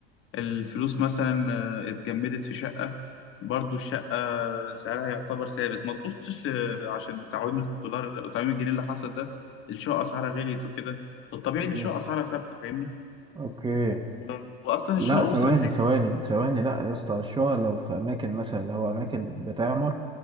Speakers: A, on the left; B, on the right.
A: الفلوس مثلا آه اتجمدت في شقة برضو الشقة سعرها يعتبر ثابت ما تبصش ل- عشان تعويم الدولار تعويم الجنيه اللي حصل ده الشقة اسعارها غليت وكده الطبيعي ان
B: مم.
A: الشقة اسعارها ثابتة فاهمني
B: أوكي
A: و- واصلا
B: لا
A: الشقة وصلت
B: ثواني ثواني ثواني لا يا اسطى الشقق لو في أماكن مثلا اللي هو أماكن بتعمر